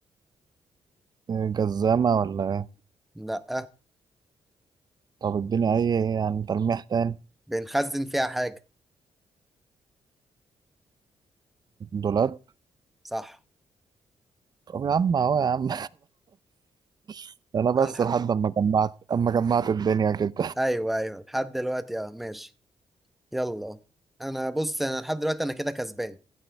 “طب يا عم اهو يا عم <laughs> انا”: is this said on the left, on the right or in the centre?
Right